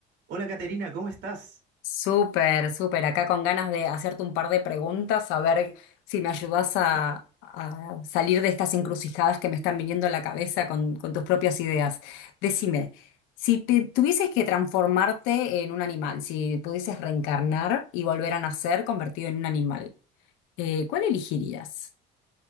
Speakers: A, on the right; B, on the left.
A: Hola Caterina, ¿cómo estás?
B: Súper, súper. Acá con ganas de hacerte un par de preguntas, a ver si me ayudas a, a salir de estas encrucijadas que me están viniendo a la cabeza con, con tus propias ideas. Decime, si te tuvieses que transformarte en un animal, si pudieses reencarnar y volver a nacer convertido en un animal, eh, ¿cuál elegirías?